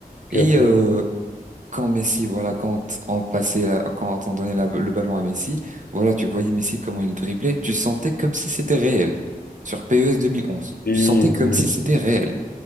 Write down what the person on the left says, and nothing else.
ok,
ok.
Oui,
oui,
oui.